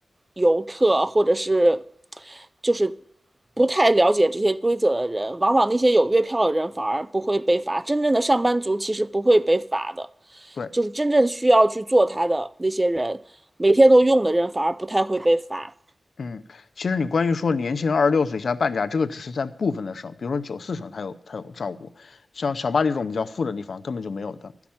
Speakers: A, on the right; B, on the left.
A: 游客或者是就是不太了解这些规则的人，往往那些有月票的人反而不会被罚，真正的上班族其实不会被罚的，
B: 对。
A: 就是真正需要去做他的那些人，每天都用的人反而不太会被罚。
B: 嗯，其实你关于说年轻人二十六岁以下半价，这个只是在部分的省，比如说九四省它有它有照顾，像小巴黎这种比较富的地方根本就没有的。